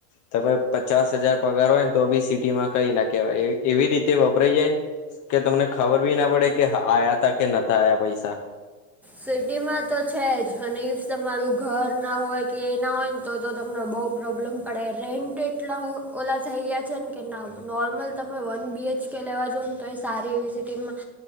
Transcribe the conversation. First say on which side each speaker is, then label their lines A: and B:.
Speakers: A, on the left; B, in the centre.
A: તમે પચાસ હજાર પગાર હોયન તો બી સિટીમાં કઈ ના કહેવાય એવી એવી રીતે વપરાય જાયન કે તમને ખબર બી ના પડે કે હ આયાતા કે નતા આયા પૈસા.
B: સિટીમાં તો છે જ અને ઈફ તમારું ઘર ના હોય કે એના હોયન તો તો તમને બહુ પ્રોબ્લેમ પડે રેન્ટ એટલા ઓ ઓલા થઈ ગયા છે ન કે ના નોર્મલ તમે વન બીએચ કે લેવા જોવ ને તો એ સારી એવી સીટી માં